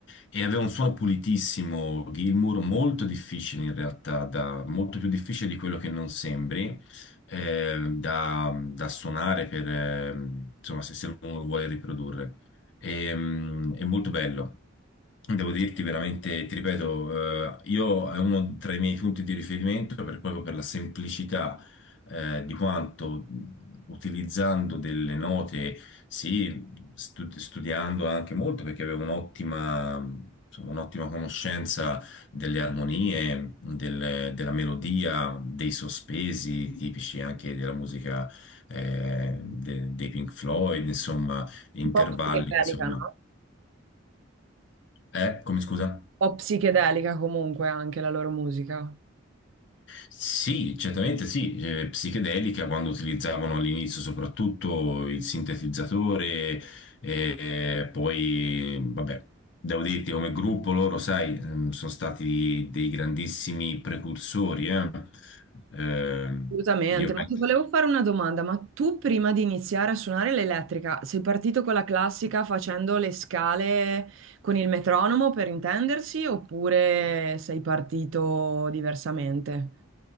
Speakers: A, on the left; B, on the right.
A: E aveva un suono pulitissimo, Gilmour, molto difficile in realtà, da- molto più difficile di quello che non sembri eh, da, da suonare per, eh, insomma, se se uno lo vuole riprodurre. E, mm, è molto bello. Devo dirti veramente, ti ripeto, eh, io è uno tra i miei punti di riferimento per- proprio per la semplicità, eh, di quanto mh, utilizzando delle note, sì, stu- studiando anche molto perché avevo un'ottima, insomma, un'ottima conoscenza delle armonie, del- della melodia, dei sospesi tipici anche della musica, eh, de- dei Pink Floyd, insomma, intervalli,
B: Un po' psichedelica,
A: insomma.
B: no?
A: Eh, come scusa?
B: Un po' psichedelica comunque anche la loro musica.
A: Sì, certamente sì, eh, psichedelica quando utilizzavano all'inizio soprattutto il sintetizzatore, e poi vabbè, devo dirti come gruppo loro, sai, ehm, sono stati dei grandissimi precursori, eh. Eh,
B: Assolutamente,
A: io penso.
B: ma ti volevo fare una domanda, ma tu prima di iniziare a suonare l'elettrica sei partito con la classica facendo le scale con il metronomo per intendersi oppure sei partito diversamente?